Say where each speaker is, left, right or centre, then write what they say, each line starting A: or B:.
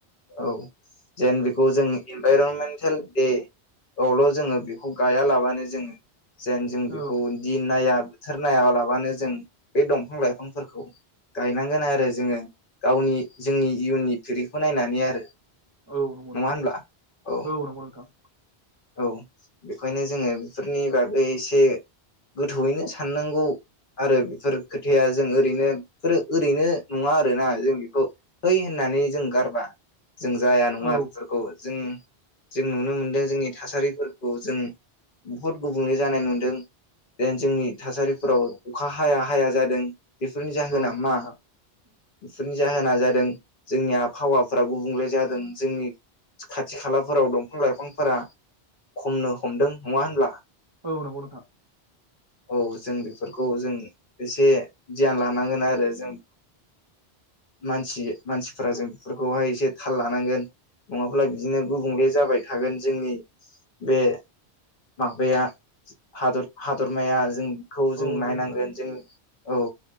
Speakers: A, on the left (about 55°); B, on the right (about 30°).
A: औ जेन बेखौ जों इनभारमेन्टेल दे आवल' जोङो बेखौ गायालाबानो जोङो जेन जों
B: औ
A: बेखौदि नाया। बोथोर नाया लाबानो जों बे दंफां लाइफांफोरखौ गायनांगोन आरो जोङो गावनि जोंनि इयुननि फिरिखौ नायनानै आरो।
B: औ नंगौ
A: नङा
B: नोंथां
A: होनब्ला? औ।
B: नंगौ नोंथां
A: औ बेखायनो जोङो बेफोरनि बा एसे गोथौयैनो साननांगौ आरो बेफोर खोथाया जों ओरैनो बेफोरो ओरैनो नङा आरोना? जों बेखौ है होननानै जों गारबा। जों जाया नङा
B: औ
A: बेफोरखौ। जों जों नुनो मोनदों जोंनि थासारिफोरखौ जों बुहद गुबन बुंले जानाय नुदों जेन जोंनि थासारिफोराव अखा हाया हाया जादों। बेफोरनि जाहोना
B: औ नंगौ
A: मा?
B: नोंथां
A: बेफोरनि जाहोना जादों जोंनि आबहावाफोरा गुबुंले जादों, जोंनि खाथि खालाफोराव दंफां लाइफांफोरा खमनो हमदों नङा होनब्ला?
B: औ नंगौ नोंथां।
A: औ जों बेफोरखौ जों एसे गियान लानांगोन आरो जों मानसि मानसिफोरा जों बेफोरखौहाय एसे थाल लानांगोन, नङाब्ला बिदिनो गुबुंले जाबाय थागोन जोंनि बे माबाया हादर हादरमाया जों खौ जों
B: औ नंगौ
A: नायनांगोन।
B: नोंथां
A: जों औ